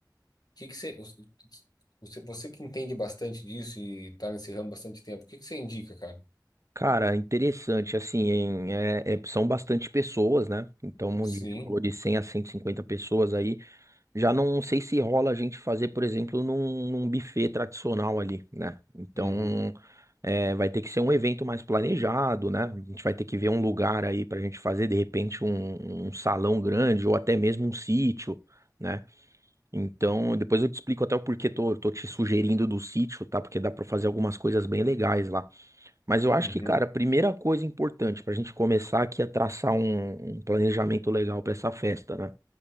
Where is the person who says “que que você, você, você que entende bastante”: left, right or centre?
Left